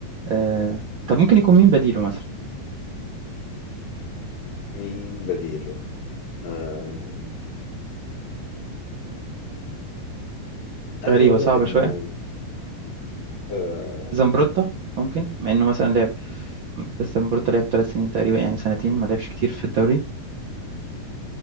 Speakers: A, on the right (about 80°); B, on the left (about 75°).
A: آه طب ممكن يكون مين بديله مثلا
B: مين بديله آه عايز
A: غريبة
B: اقول
A: صعبة
B: لك انه
A: شوية
B: آه
A: زمبروتا ممكن مع إنه مثلا لعب بس زمبروتا لعب ثلاث سنين تقريبا يعني سنتين ما لعبش كتير في الدوري